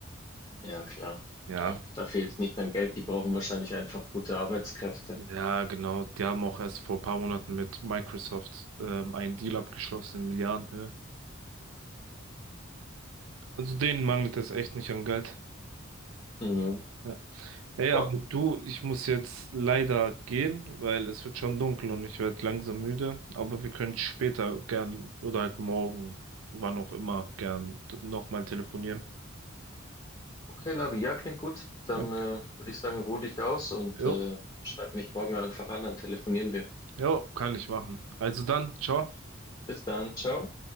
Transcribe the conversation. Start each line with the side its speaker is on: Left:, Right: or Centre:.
Left: Ja, klar.
Right: ja.
Left: Ja. Da fehlt es nicht an Geld. Die brauchen wahrscheinlich einfach gute Arbeitskräfte.
Right: Ja, genau. Die haben auch erst vor ein paar Monaten mit Microsoft ähm, einen Deal abgeschlossen in Milliardenhöhe. Also denen mangelt es echt nicht an Geld.
Left: Mhm.
Right: Ja. Ey, aber
Left: Ah,
Right: du, ich muss jetzt leider gehen, weil es wird schon dunkel und ich werde langsam müde. Aber wir können später gern oder halt morgen, wann auch immer, gern nochmal telefonieren.
Left: okay, Labi, ja, klingt gut. Dann
Right: Okay.
Left: äh, würde ich sagen, ruh dich aus und
Right: Jo,
Left: äh, schreib mich morgen einfach an, dann telefonieren wir.
Right: jo, kann ich machen. Also dann, ciao.
Left: Bis dann, ciao.